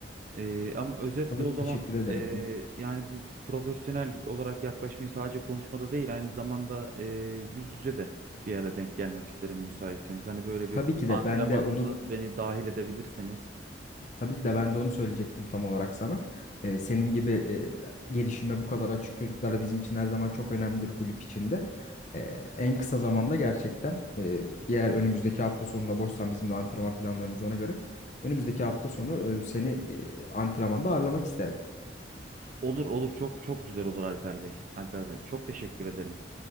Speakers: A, on the right; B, on the left.
A: E, ama özetle
B: tabii
A: o zaman
B: teşekkür ederim.
A: e, yani bir profesyonel olarak yaklaşmayı sadece konuşmada değil aynı zamanda e, yüz yüze de bir ara denk gelmek isterim müsaitseniz. Hani böyle bir
B: Tabii
A: Ee,
B: ki de
A: antrenmanınıza
B: ben de onu
A: beni dahil edebilirseniz.
B: tabii ki de ben de onu söyleyecektim tam olarak sana. Ee, senin gibi e, gelişime bu kadar açık çocuklar bizim için her zaman çok önemlidir kulüp içinde. Ee, en kısa zamanda gerçekten e, eğer önümüzdeki hafta sonunda boşsan bizim de antrenman planlarımız ona göre önümüzdeki hafta sonu e, seni e, antrenmanda ağırlamak isterim.
A: Olur olur çok çok güzel olur Alper Bey. Alper Bey çok teşekkür ederim.